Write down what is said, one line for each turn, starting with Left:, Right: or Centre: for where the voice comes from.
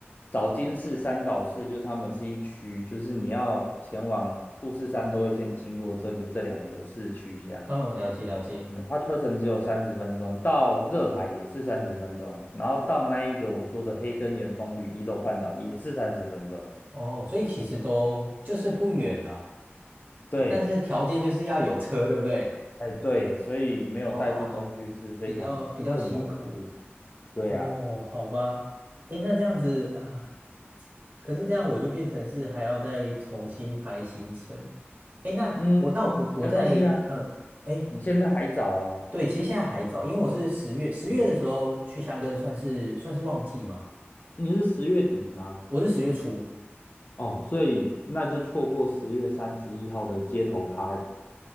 Left: 早金市、三岛市，就他们是一区，就是你要前往富士山都会先经过这个这两个市区这样。
Right: 嗯，了解了解。
Left: 嗯，它车程只有三十分钟，到热海也是三十分钟，然后到那一个我说的黑根岩风吕伊豆半岛也是三十分钟。
Right: 哦，所以其实都就是不远啦，
Left: 对，
Right: 但是条件就是要有车，对不对？
Left: 哎对，所以没有代步工具是非常困扰的一件事。
Right: 哇，比较比较辛苦。
Left: 对啊，
Right: 哦，好吧，诶，那这样子啊，可是这样我就变成是还要再重新排行程。诶，那我那我我在呃，
Left: 嗯，没关系啊，
Right: 诶，
Left: 你现在还早啊，
Right: 对，其实现在还早，因为我是十月十月的时候去香根算是算是旺季嘛，
Left: 嗯你是十月底吗？
Right: 我是十月初。
Left: 哦，所以那就错过十月三十一号的街头 party，啊，